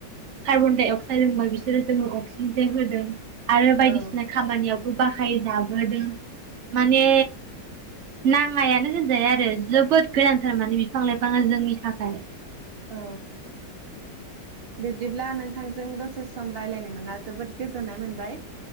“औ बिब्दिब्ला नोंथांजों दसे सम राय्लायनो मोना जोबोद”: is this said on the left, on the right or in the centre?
Right